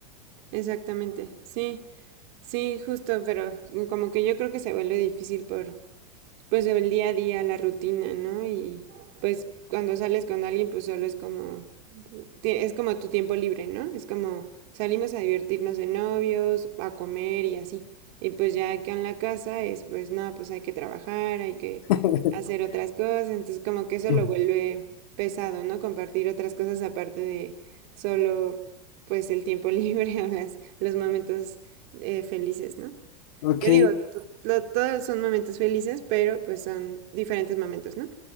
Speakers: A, on the right; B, on the left.
A: exactamente, sí, sí, justo, pero como que yo creo que se vuelve difícil por... pues el día a día, la rutina, ¿no? Y pues cuando sales con alguien, pues solo es como, es como tu tiempo libre, ¿no? Es como salimos a divertirnos de novios, a comer y así. Y pues ya que en la casa es, pues no, pues hay que trabajar, hay que
B: <laughs>
A: hacer otras cosas, entonces como que eso
B: <clears throat>
A: lo vuelve pesado, ¿no? Compartir otras cosas aparte de solo, pues el tiempo libre <laughs> o las, los momentos eh, felices, ¿no?
B: Ok,
A: Que digo, to- lo- todos son momentos felices, pero pues son diferentes momentos, ¿no?